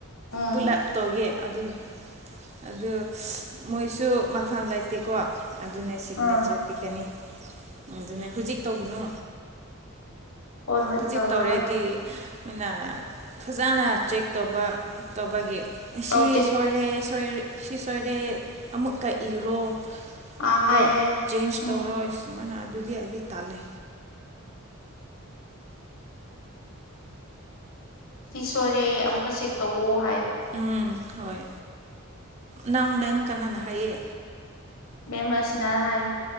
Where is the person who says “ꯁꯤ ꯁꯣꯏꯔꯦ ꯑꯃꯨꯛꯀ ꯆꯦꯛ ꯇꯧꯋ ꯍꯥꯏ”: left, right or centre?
Left